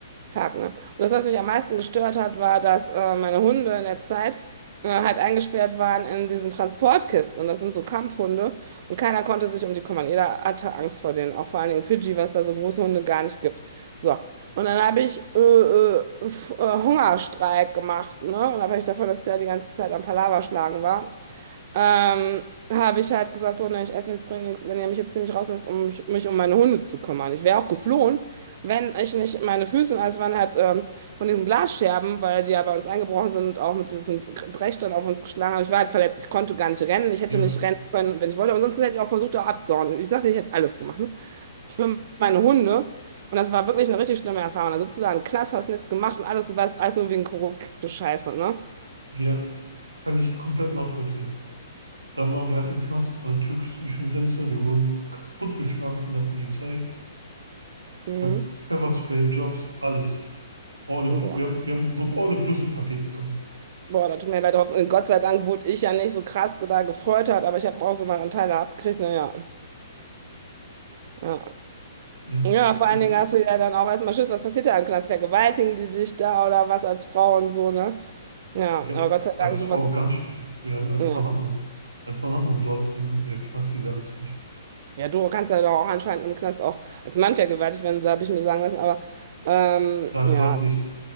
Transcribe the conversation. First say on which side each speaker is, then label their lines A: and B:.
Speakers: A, on the right; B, on the right.
A: fuck, ne? Und das, was mich am meisten gestört hat, war, dass äh, meine Hunde in der Zeit äh, halt eingesperrt waren in diesen Transportkisten. Und das sind so Kampfhunde. Und keiner konnte sich um die kümmern. Jeder hatte Angst vor denen. Auch vor allen Dingen in Fidschi, was da so große Hunde gar nicht gibt. So. Und dann habe ich äh, äh, F- äh, Hungerstreik gemacht, ne? Und da habe ich davon, dass der die ganze Zeit am Palaver schlagen war ähm, habe ich halt gesagt, so, ne, ich esse nichts, trinke nichts, wenn ihr mich jetzt hier nicht rauslässt, um mich, mich um meine Hunde zu kümmern. Ich wäre auch geflohen, wenn ich nicht meine Füße, und alles waren halt ähm, von diesen Glasscherben, weil die ja bei uns eingebrochen sind und auch mit diesen Brechstangen auf uns geschlagen haben. Ich war halt verletzt, ich konnte gar nicht rennen, ich hätte
B: ja,
A: nicht rennen können, wenn ich wollte, aber sonst hätte ich auch versucht, da abzuhauen. Ich sagte, ich hätte alles gemacht, ne? Für meine Hunde. Und das war wirklich eine richtig schlimme Erfahrung. Da sitzt du da im Knast, hast nichts gemacht und alles, du weißt, alles nur wegen korrupte Scheiße, ne?
B: ja. Kann ich komplett nachvollziehen. Dann waren wir halt im Knast an der türkischen Grenze. Wir wurden kaputtgeschlagen von der Polizei.
A: Mhm.
B: Hat Pfefferspray, Jobs, alles. All inclu-
A: Boah.
B: wir haben, wir haben so ein All-Inclusive-Paket bekommen.
A: Boah, da tut mir leid, hoffen. Gott sei Dank wurde ich ja nicht so krass da gefreutert, aber ich habe auch so meinen Anteil da abgekriegt. Naja, ja.
B: Ja.
A: Ja, Ja, vor
B: Also,
A: allen Dingen hast du ja dann auch erstmal Schiss, was passiert da im Knast? Vergewaltigen die dich da oder was als Frau und so, ne? Ja,
B: ja,
A: aber
B: pf,
A: Gott sei
B: als
A: Dank,
B: Frau
A: sowas ist.
B: ganz schlimm. Ja, als
A: Ja,
B: Mann hat man, als Mann hat man dort im äh, Knast diese Angst nicht.
A: ja du kannst ja doch auch anscheinend im Knast auch als Mann vergewaltigt werden, habe ich mir sagen lassen, aber ähm,
B: Nein,
A: ja,
B: dort nicht.